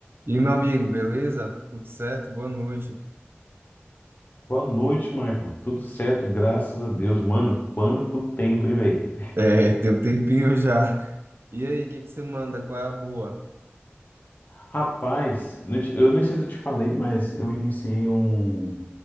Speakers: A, on the right; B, on the left.
A: E meu amigo, beleza? Tudo certo? Boa noite.
B: Boa noite, Michael. Tudo certo, graças a Deus. Mano, quanto tempo, hein, velho?
A: É, tem um tempinho já. E aí, o que que você manda? Qual é a boa?
B: Rapaz, não te- eu nem sei se eu te falei, mas eu iniciei um,